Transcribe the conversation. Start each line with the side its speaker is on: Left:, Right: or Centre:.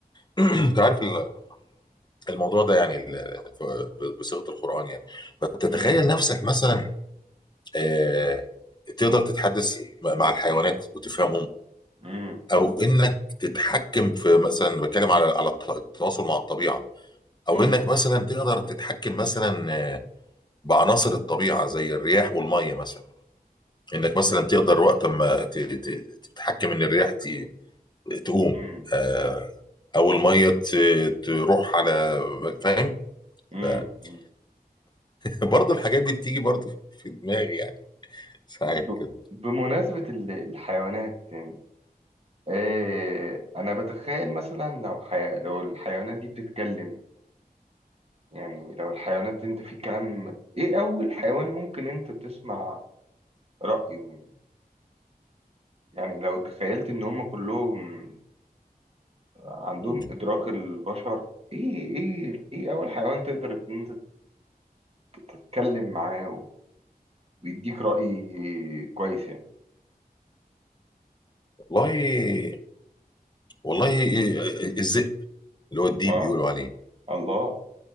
Left: <clears throat>
Right: مم.
Left: أنت عارف ال- الموضوع ده يعني ال- ف- بصيغة القرآن يعني فتتخيل
Right: مم.
Left: نفسك مثلا آه، تقدر تتحدث م- مع الحيوانات وتفهمهم
Right: مم.
Left: او انك تتحكم في مثلا بتكلم على على الت- التواصل مع الطبيعه
Right: مم.
Left: او انك مثلا تقدر تتحكم مثلا آه، بعناصر الطبيعه زي الرياح والميه مثلا انك مثلا تقدر وقت ما ت- ت- تتحكم ان الرياح ت- تقوم
Right: مم.
Left: آه، او الميه ت- تروح على فاهم
Right: مم.
Left: <laughs>
Right: مم.
Left: برضه الحاجات دي بتيجي برضه في دماغي يعني ساعات
Right: ب-
Left: كده
Right: بمناسبة ال- الحيوانات يعني إيه أنا بتخيل مثلا لو حي... لو الحيوانات دي بتتكلم يعني لو الحيوانات أنت في كلام إيه أول حيوان ممكن أنت تسمع رأيه يعني يعني لو تخيلت إن هم كلهم عندهم
Left: مم.
Right: إدراك البشر إيه إيه إيه أول حيوان تقدر إن أنت تت- تتكلم معاه ويديك رأي كويس يعني
Left: والله والله إيه، إيه، إز- اللي هو الديب
Right: آه
Left: بيقولوا عليه
Right: الله